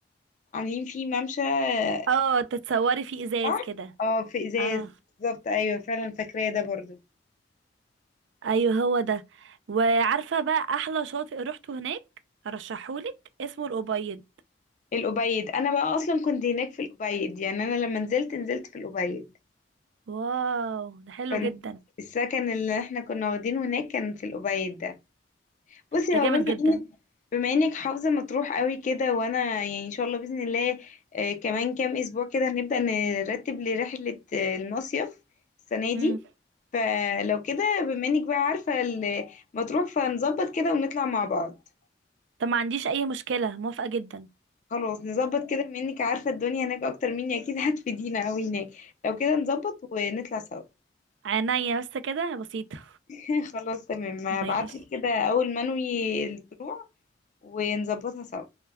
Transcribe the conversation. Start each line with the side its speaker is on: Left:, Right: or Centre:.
Left: عاملين فيه ممشى آه،
Right: اه تتصوري في ازاز
Left: صح
Right: كده
Left: اه في ازاز
Right: اه
Left: بالظبط ايوه فعلا فاكراه ده برضو
Right: ايوه هو ده وعارفة بقى احلى شاطئ روحته هناك ارشحهولك اسمه الأبيض
Left: الأبيض انا بقى اصلا كنت هناك في الأبيض يعني انا لما نزلت نزلت في الأبيض
Right: واو ده حلو
Left: كنت
Right: جدا
Left: السكن اللي احنا كنا واخدينه هناك كان في الأبيد ده بصي
Right: ده
Left: هو
Right: جامد
Left: بما
Right: جدا
Left: انك بما انك حافظة مطروح قوي كده وانا يعني ان شاء الله بإذن الله آه، كمان كام اسبوع كده هنبدأ نرتب لرحلة آه، المصيف السنة دي
Right: امم
Left: فلو كده بما انك بقى عارفة ال- مطروح فنظبط كده ونطلع مع بعض
Right: طب ما عنديش اي مشكلة موافقة جدا
Left: خلاص نظبط كده بما انك عارفة الدنيا هناك اكتر مني اكيد هتفيدينا قوي هناك لو كده نظبط ونطلع سوا
Right: عينيا بس كده بسيطة
Left: <laughs> خلاص تمام هبعتلك
Right: ماشي
Left: كده اول ما انوي الطلوع ونظبطها سوا